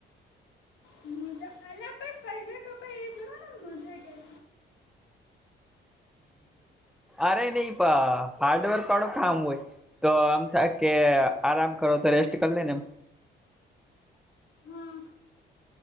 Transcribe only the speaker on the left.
મુજા અલયા પૈસા કપાય એજોને મુજા કેમ
હા